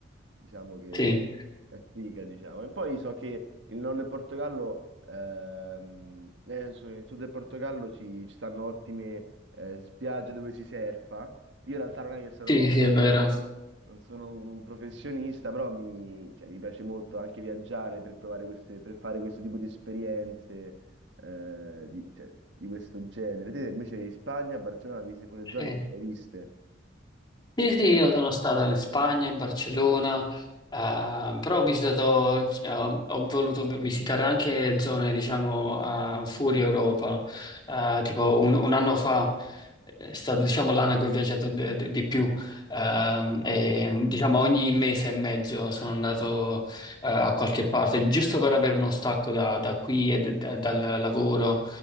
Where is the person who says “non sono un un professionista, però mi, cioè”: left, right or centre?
Right